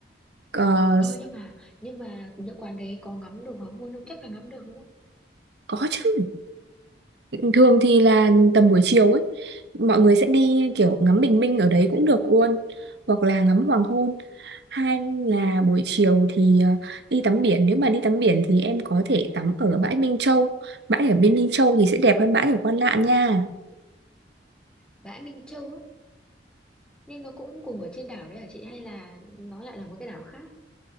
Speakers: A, on the right; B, in the centre.
A: Ờ,
B: ờ nhưng mà nhưng mà những quán đấy có ngắm được hoàng hôn không chắc là ngắm được đúng không
A: có chứ thường thì là tầm buổi chiều ấy mọi người sẽ đi kiểu ngắm bình minh ở đấy cũng được luôn hoặc là ngắm hoàng hôn hay là buổi chiều thì ờ, đi tắm biển nếu mà đi tắm biển thì em có thể tắm ở bãi Minh Châu bãi ở bên Minh Châu thì sẽ đẹp hơn bãi ở Quan Lạn nha
B: bãi Minh Châu á nhưng nó cũng cùng ở trên đảo đấy hả chị hay là nó lại là một cái đảo khác